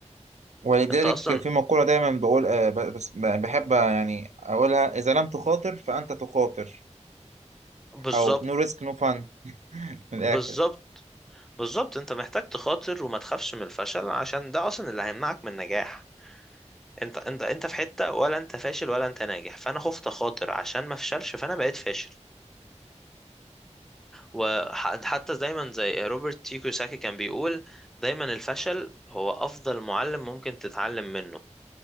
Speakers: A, on the right; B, in the centre.
A: ولذلك
B: انت اصلا
A: في مقولة دايما بقول آه، ب- بس ب- بحب يعني أقولها إذا لم تخاطر فأنت تخاطر
B: بالظبط
A: أو نو ريسك نو فان من الآخر
B: بالظبط بالظبط انت محتاج تخاطر وما تخافش من الفشل عشان ده اصلا اللي هيمنعك من النجاح انت انت انت في حتة ولا انت فاشل ولا انت ناجح فانا خفت اخاطر عشان ما افشلش فانا بقيت فاشل وحتى دايما زي روبرت تي كيوساكي كان بيقول دايما الفشل هو أفضل معلم ممكن تتعلم منه